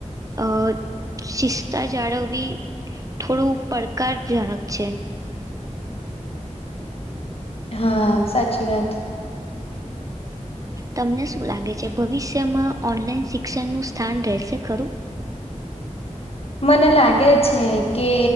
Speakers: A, on the right; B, on the left.
A: અહ શિસ્તા જાળવવી થોડું પડકારજનક છે.
B: હા, સાચી વાત.
A: તમને શું લાગે છે ભવિષ્યમાં ઓનલાઈન શિક્ષણનું સ્થાન રહેશે ખરું?
B: મને લાગે છે કે